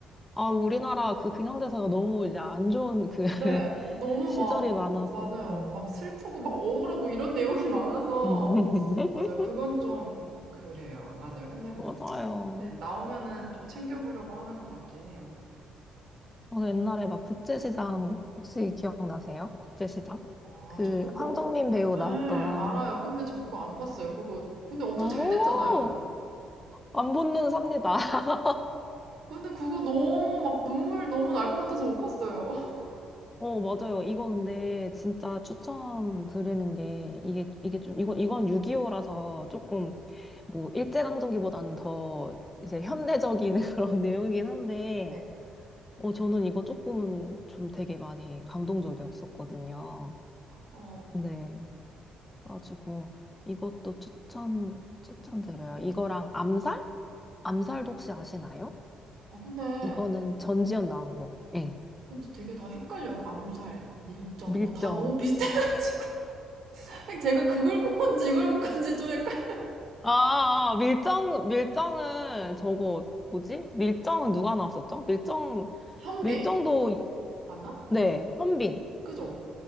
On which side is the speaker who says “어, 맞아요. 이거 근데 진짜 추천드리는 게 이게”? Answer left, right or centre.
Left